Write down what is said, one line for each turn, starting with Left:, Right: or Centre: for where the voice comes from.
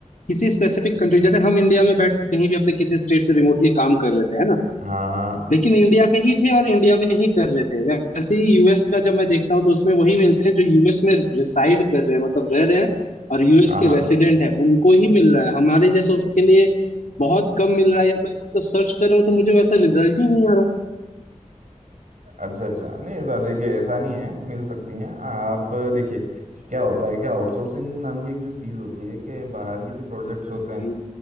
Left: किसी स्पेसिफिक कंट्री जैसे हम इंडिया में बैठ के कहीं भी अपने किसी स्टेट से रिमोटली काम कर रहे थे है ना
Right: हाँ हाँ
Left: लेकिन इंडिया के ही थे और इंडिया में ही कर रहे थे वैसे ही यूएस का जब मैं देखता हूँ तो उसमें वही मिलते हैं जो यूएस में रिसाइड कर रहे हैं मतलब रह रहे हैं और यूएस
Right: हाँ
Left: के
Right: हाँ
Left: रेसिडेंट है उनको ही मिल रहा है हमारे जैसे उसके लिए बहुत कम मिल रहा है या मैं मतलब सर्च कर रहा हूँ तो मुझे वैसा रिजल्ट ही नहीं आ रहा
Right: अच्छा अच्छा नहीं ऐसा देखिए ऐसा नहीं है मिल सकती हैं आप देखिए क्या होता है कि आउटसोर्सिंग नाम की एक जो चीज़ होती है कि बाहर की जो प्रोजेक्ट्स होते हैं
Left: हम्म,